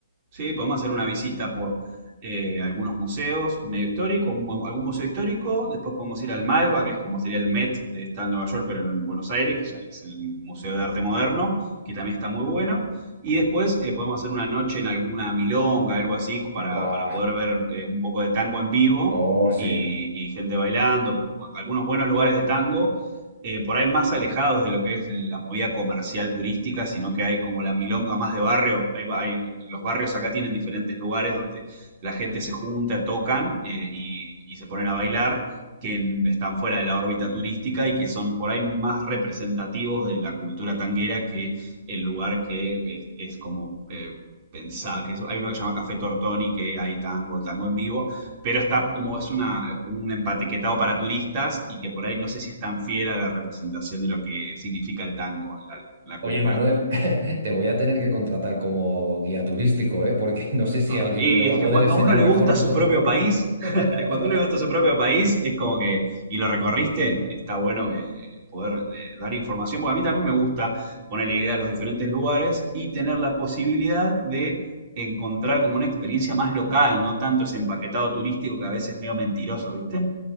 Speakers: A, on the right; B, on the right.
A: sí, podemos hacer una visita por eh, algunos museos medio históricos, un mu- algún museo histórico. Después podemos ir al Malva, que es como sería el Met de está en Nueva York, pero en Buenos Aires, que ya es el Museo de Arte Moderno, que también está muy bueno. Y después eh, podemos hacer una noche en alguna milonga, algo así, para,
B: Buah,
A: para poder ver eh, un poco de tango en vivo
B: oh, sí.
A: y, y gente bailando, como bu- algunos buenos lugares de tango eh, por ahí más alejados de lo que es la movida comercial turística, sino que hay como la milonga más de barrio. Hay, ba- hay- los barrios acá tienen diferentes lugares donde la gente se junta, tocan eh, y, y se ponen a bailar, que en- están fuera de la órbita turística y que son por ahí más representativos de la cultura tanguera que el lugar que es, es como... eh, pensar que es- hay uno que se llama Café Tortoni, que hay tango, tango en vivo, pero está como es una como un empaquetado para turistas y que por ahí no sé si es tan fiel a la representación de lo que significa el tango en la, en la cultura.
B: Oye, Manuel, <laughs> te voy a tener que contratar como guía turístico, ¿eh? Porque no sé si
A: Ah,
B: alguien
A: Y
B: me lo va
A: es
B: a poder
A: que cuando
B: enseñar
A: a uno le
B: mejor
A: gusta
B: de
A: su
B: todo.
A: propio país, <laughs>
B: <laughs>
A: cuando a uno le gusta su propio país, es como que, y lo recorriste, está bueno que poder eh, dar información, porque a mí también me gusta ponerle idea a los diferentes lugares y tener la posibilidad de encontrar como una experiencia más local, no tanto ese empaquetado turístico que a veces es medio mentiroso, ¿viste?